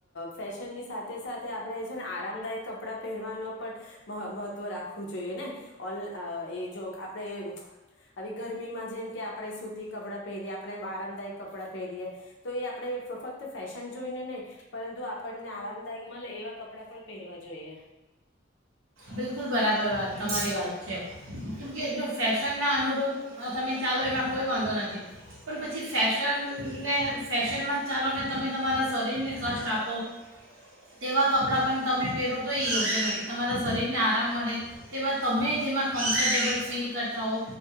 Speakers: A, on the left; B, on the right.
A: ફેશનની સાથે સાથે આપણે છે ને આરામદાયક કપડાં પહેરવાનો પણ, મહત્વ રાખવું જોઈયે ને! ઓનલા અં એ જો આપ આપણે આવી ગરમીમાં જેમ કે આપણે સૂતી કપડાં પહેરી આપણે આરામદાયક કપડાં પહેરીએ, તો એ આપણે ફક્ત ફેશન જોઈ ને નહી પરંતુ આપણને આરામદાયક મળે એવા કપડાં પણ પહેરવા જોઈએ.
B: બિલકુલ બરાબર વાત તમારી વાત છે, કેમકે જો ફેશનના અનુરૂપ તમે ચાલો એમાં કોઈ વાંધો નથી, પણ પછી ફેશનને ફેશનમાં જ ચાલોને તમે તમારા શરીરને કષ્ટ આપો તેવા કપડાં પણ તમે પેરો તો એ યોગ્ય નથી તમારા શરીરને આરામ મળે, તેવા તમે જેમાં કમ્ફર્ટેબલ ફીલ કરતા હો,